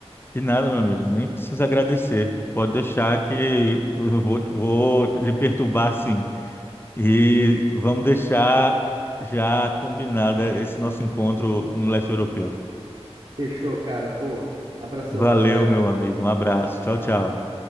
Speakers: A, on the left; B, on the right.
A: E nada, meu amigo, nem precisa agradecer. Pode deixar que eu vou, vou lhe perturbar, sim. E vamos deixar já combinada esse nosso encontro no leste europeu.
B: Fechou, cara. Pô, abração,
A: Valeu,
B: Rafael.
A: meu amigo. Um abraço. Tchau, tchau.